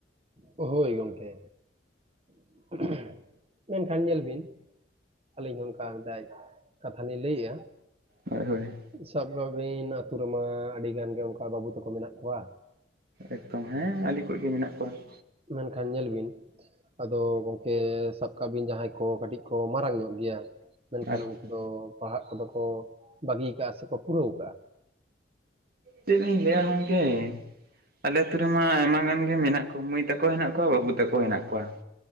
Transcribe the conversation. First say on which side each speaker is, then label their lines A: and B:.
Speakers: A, on the right; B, on the right.
A: ᱦᱳᱭ ᱜᱚᱝᱠᱮ ᱾ ᱢᱮᱱᱠᱷᱟᱱ ᱧᱮᱞ ᱵᱤᱱ ᱟᱹᱞᱤᱧ ᱦᱚᱸ ᱚᱱᱠᱟ ᱫᱟᱭᱤᱛ ᱠᱟᱛᱷᱟ ᱞᱤᱧ ᱞᱟᱹᱭᱮᱜᱼᱟ ᱾
B: ᱦᱳᱭ ᱦᱳᱭ ᱾
A: ᱥᱟᱵ ᱠᱟᱜ ᱵᱤᱱ ᱟᱛᱩ ᱨᱮᱢᱟ ᱟᱹᱰᱤ ᱜᱟᱱ ᱜᱮ ᱚᱝᱠᱟ ᱵᱟᱹᱵᱩ ᱛᱟᱠᱚ ᱢᱮᱱᱟᱜ ᱠᱚᱣᱟ
B: ᱮᱠᱫᱚᱢ ᱦᱮᱸ ᱟᱹᱞᱤ ᱠᱚᱡ ᱜᱮ ᱢᱮᱱᱟᱜ ᱠᱚᱣᱟ ᱾
A: ᱢᱮᱱᱠᱷᱟᱱ ᱧᱮᱞ ᱵᱤᱱ ᱟᱫᱚ ᱜᱚᱝᱠᱮ ᱥᱟᱵ ᱠᱟᱜ ᱵᱤᱱ ᱡᱟᱦᱟᱸᱭ ᱠᱚ ᱠᱟᱹᱴᱤᱡ ᱠᱚ ᱢᱟᱨᱟᱝ ᱧᱚᱜ ᱜᱮᱭᱟ, ᱢᱮᱱᱠᱷᱟᱱ
B: ᱟᱪᱪᱷᱟ
A: ᱩᱝᱠᱩ ᱫᱚ ᱯᱟᱲᱦᱟᱜ ᱠᱚᱫᱚ ᱠᱚ ᱵᱟᱹᱜᱤ ᱠᱟᱜᱼᱟ ᱥᱮᱠᱚ ᱯᱩᱨᱟᱹᱣ ᱠᱟᱜᱼᱟ ᱾
B: ᱛᱮᱜᱼᱤᱧ ᱞᱮᱭᱟ ᱜᱚᱝᱠᱮ! ᱟᱞᱮ ᱟᱛᱩ ᱨᱮᱢᱟ ᱟᱭᱢᱟ ᱜᱟᱱ ᱜᱮ ᱢᱮᱱᱟᱜ ᱠᱚᱣᱟ ᱢᱟᱹᱭ ᱛᱟᱠᱚ ᱦᱮᱱᱟᱜ ᱠᱚᱣᱟ, ᱵᱟᱹᱵᱩ ᱛᱟᱠᱚ ᱦᱮᱱᱟᱜ ᱠᱚᱣᱟ ᱾